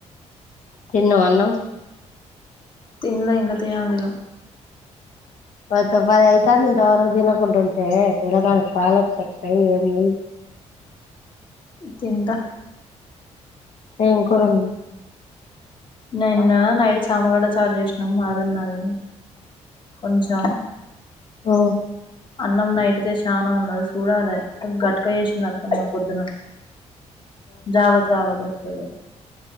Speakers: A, on the left; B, on the left.
A: తిన్నావా అన్నం
B: తినలే ఇంక తినాలి ఇగ
A: ప పదియితంది ఇంత వరకు దినకుంట ఉంటే పిల్ల గనికి పాలు ఎట్ల వస్తాయి ఏంది
B: తింటా
A: ఏం కూర వండినవ్
B: నేన్న నైట్ చామగడ్డ చారు చేసినాం అదిన్నది కొంచెం
A: ఓ
B: అన్నం నైట్తే చానా ఉన్నది చూడాలి గట్క వేసింది అత్తమ్మ పొద్దున జవా జవా గక్కనే